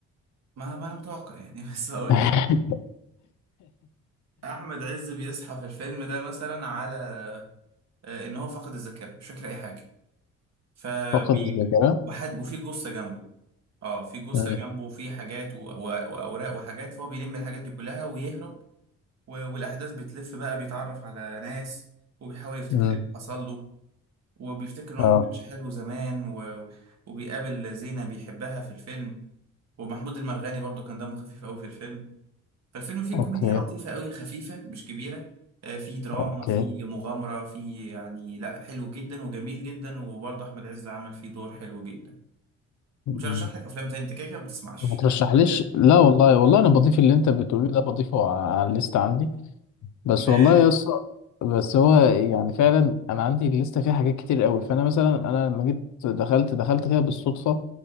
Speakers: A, on the right (about 60°); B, on the left (about 70°).
A: ما ما انا متوقع يعني <laughs> بس اقول
B: <laughs>
A: لك احمد عز بيصحى في الفيلم ده مثلا على آه، ان هو فقد الذاكره مش فاكر اي حاجه فبي
B: فقد الذاكرة
A: وحد وفي جثه جنبه اه في جثه
B: مم.
A: جنبه وفي حاجات و... و... واوراق وحاجات فهو بيلم الحاجات دي كلها ويهرب و... والاحداث بتلف بقى بيتعرف على ناس وبيحاول يفتكر
B: مم.
A: ايه اللي حصل له وبيفتكر ان هو
B: اه
A: ما كانش حلو زمان و... وبيقابل زينة بيحبها في الفيلم ومحمود المرغني برضو كان دمه خفيف قوي في الفيلم فالفيلم فيه كوميديا
B: اوكي
A: لطيفة قوي خفيفة مش كبيرة آه، فيه دراما
B: اوكي
A: فيه مغامرة فيه يعني لا حلو جدا وجميل جدا وبرضه أحمد عز عمل فيه دور حلو جدا
B: مم.
A: مش هرشح لك أفلام تاني أنت كده كده ما بتسمعش
B: ما ترشحليش
A: يعني.
B: لا والله والله انا بضيف اللي انت بتقوليه ده بضيفه على الليست عندي بس
A: ماشي
B: والله يا اسطى بس هو يعني فعلا انا عندي لسه فيه حاجات كتير قوي فانا مثلا انا لما جيت دخلت دخلت كده بالصدفه